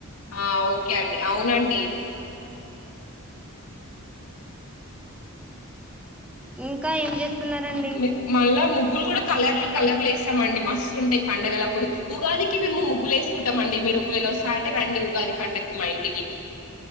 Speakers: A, on the left; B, in the centre.
A: ఆ ఓకే అండి అవునండి
B: ఏ ఇంకా ఏం చేస్తున్నారండి
A: మీకు మళ్ళా ముగ్గులు కూడా కలర్లు కలర్లు వేస్తామండి మస్తు ఉంటాయి పండుగల అప్పుడు ఉగాదికి మేము ముగ్గులు వసుకుంటాంమండి మీరు ఒకవేళ వస్తా అంటే రండి ఉగాది పండగకి మా ఇన్